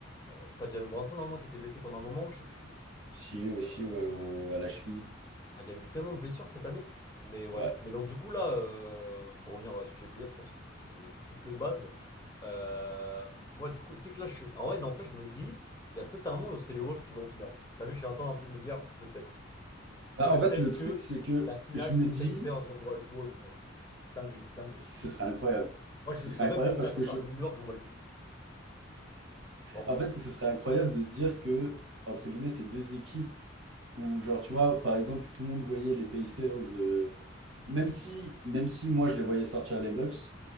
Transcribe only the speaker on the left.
euh, c'est pas Jalen Brunson, normalement, qui était blessé pendant un moment, je sais plus.
Euh,
ah, Il y a eu tellement de blessures cette année. Mais ouais.
Mais donc du coup là, euh, pour revenir au sujet playoff, parce que c'était le sujet de, de base, euh, moi du coup, tu sais que là, je suis... En vrai, n'empêche, je me dis, il y a peut-être un monde où c'est les Wolves qui vont en finale. T'as vu, je suis en train un peu de me dire, peut-être.
Peut-être
que
la finale,
c'est
Pacers-Wolves, mec. Dinguerie, dinguerie.
Moi,
je,
je rêve
d'une finale
comme ça.
New York, je m'en bats les couilles. Vraiment.